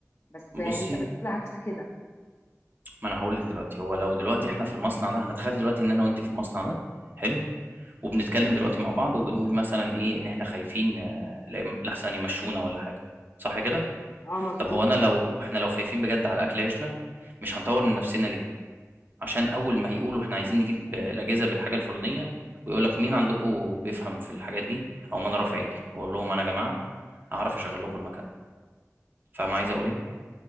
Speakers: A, on the left; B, on the right.
A: بس انت
B: بصي
A: بتقول عكس كده
B: ما انا هقول لك دلوقتي هو لو دلوقتي احنا في المصنع ده هنتخيل دلوقتي ان انا وانت في المصنع ده حلو وبنتكلم دلوقتي مع بعض وبنقول مثلا ايه ان احنا خايفين آه، لا- لحسن يمشونا ولا حاجه صح كده
A: اه مظبوط
B: طب هو انا لو احنا لو خايفين بجد على اكل عيشنا مش هنطور من نفسنا ليه عشان اول ما يقولوا احنا عايزين نجيب آه، الاجهزه بالحاجه الفلانيه ويقول لك مين عندكم بيفهم في الحاجات دي او ما انا رافع ايدي واقول لهم انا يا جماعه اعرف اشغل لكم المكان ده فاهم عايز اقول ايه